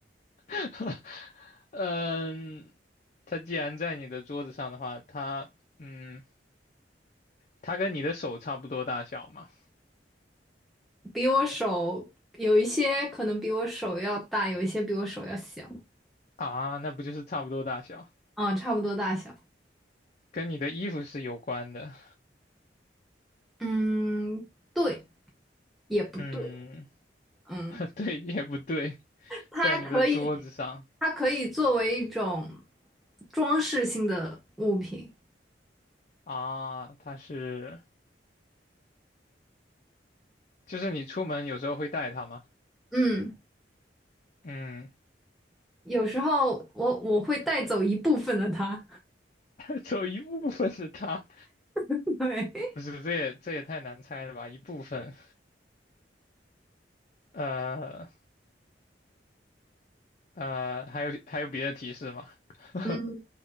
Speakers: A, on the left (about 40°); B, in the centre.
A: <laughs> 嗯，它既然在你的桌子上的话，它嗯，它跟你的手差不多大小嘛？
B: 比我手有一些可能比我手要大，有一些比我手要小，
A: 啊，那不就是差不多大小？
B: 啊、差不多大小。
A: 跟你的衣服是有关的。
B: 嗯，对，也不对。
A: 嗯。
B: 嗯，
A: <laughs> 对，也不对，
B: 它可以，
A: 在你的桌子上
B: 它可以作为一种装饰性的物品。
A: 啊，它是，就是你出门有时候会带它吗？
B: 嗯，
A: 嗯，
B: 有时候我我会带走一部分的它。
A: <laughs> 走一部分的它，
B: <laughs> 对，
A: 不是，这也这也太难猜了吧？一部分，呃呃，还有还有别的提示吗？<laughs>
B: 嗯，